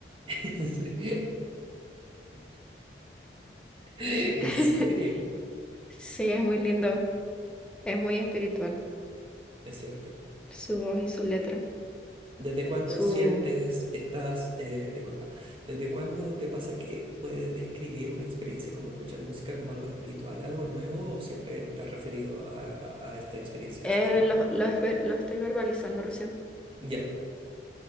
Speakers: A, on the right (about 30°); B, in the centre.
A: Sí. <laughs> En
B: <laughs>
A: serio,
B: Sí, es muy lindo, es muy espiritual,
A: es cierto.
B: su voz y su letra.
A: ¿Desde cuándo
B: Su
A: sientes estas, eh, disculpa, desde cuándo te pasa que puedes describir una experiencia como escuchar música como algo espiritual, algo nuevo, o siempre te has referido a, a- a esta experiencia
B: eh,
A: de esa forma?
B: lo, lo es ver- lo estoy verbalizando recién.
A: Ya.